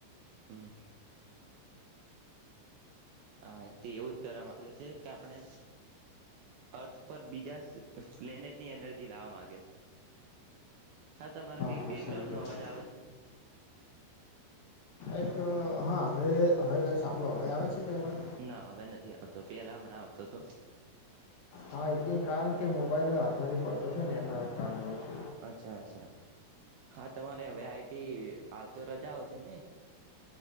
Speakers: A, on the right; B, on the left.
A: હમ હા તે એવું જ કરવા માગે છે કે આપણે અર્થ પર બીજા પ્લેનેટની એનર્જી લાવવા માગે છે હા તમારે કઈક
B: હા
A: બેકગ્રાઉન્ડ
B: સમજ્યો
A: નો અવાજ આવે છે
B: એક હા હવે હવે સાંભળો હવે આવે છે કઈ વાત
A: ના હવે નથી આવત તો પેલા હમણાં આવતો હતો
B: હા એ કારણ કે મોબાઈલ માંથી પડતો છે ને એના કારણે જ
A: અચ્છા અચ્છા હા તમારે હવે આઈટી હાલતો રજાઓ છે ને